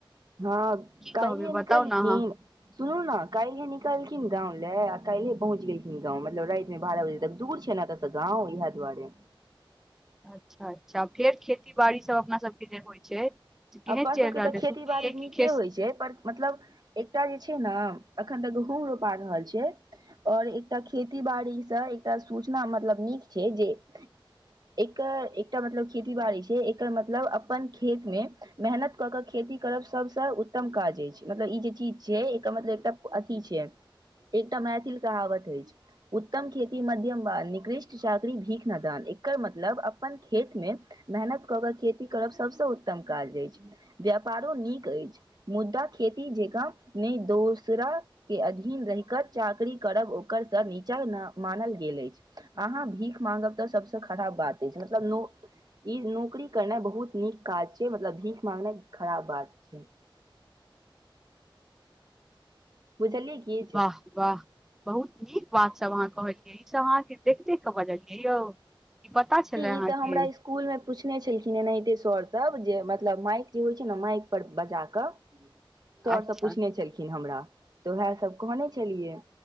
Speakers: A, on the right; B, in the centre.
A: हँ
B: की
A: काल्हिये
B: कहबै बताउ
A: निकलल
B: ने अहाँ
A: खिन सुनू ने काइल्हे निकल खिन गाँंव लए आ काइल्हे पहुच गेलखिन गाँव मतलब राति मे बारह बजे तक दूर छै ने तऽ तऽ गाँव इएह दुआरे
B: अच्छा अच्छा फेर खेतीबाड़ी सभ अपना सबके जे होइ छै से केहन
A: अपन
B: चलि
A: सभके
B: रहल
A: तऽ
B: अइ
A: खेती
B: सुनलियै
A: बाड़ी
B: कि
A: नीके
B: खेत
A: होइ छै पर मतलब एकटा जे छै न अखन तऽ गहूंम रोपा रहल छै आओर एकटा खेती बाड़ीसँ एकटा सूचना मतलब नीक छै जे एकर एकटा मतलब खेती बाड़ी छै एकर मतलब अपन खेत मे मेहनत कऽ कऽ खेती करब सभसँ उत्तम काज अछि मतलब ई जे चीज छै एकर मतलब एकटा अथी छै एकटा मैथिल कहावत अछि उत्तम खेती मध्यम वान निकृष्ट चाकरी भीख नदान एकर मतलब अपन खेत मे मेहनत कऽ कऽ खेती करब सभसँ उत्तम काज अछि व्यापारो नीक अछि मुद्दा खेती जगाँ नय दोसरा के अधीन रहि कऽ चाकरी करब ओकर सँ नीचा न मानल गेल अछि आहाँ भीख मागब तऽ सभसँ खराब बात अछि मतलब न ई नौकरी करनाइ बहुत नीक काज छै मतलब भीख मांगनाइ खराब बात छै बुझलियै किछ
B: वाह वाह बहुत नीक बात सब अहाँ कहलियै ई सब अहाँके देखि देख कऽ बजलियै यौ ई पता छलै अहाँके
A: ई तऽ हमरा स्कूल मे पूछने छलखिन एनाहिते सर सब जे मतलब माइक जे होइ छै ने माइक पर बजाक
B: <inaudible>
A: सर
B: अच्छा
A: सब पूछने छलखिन हमरा तऽ उएह सभ कहने छलियै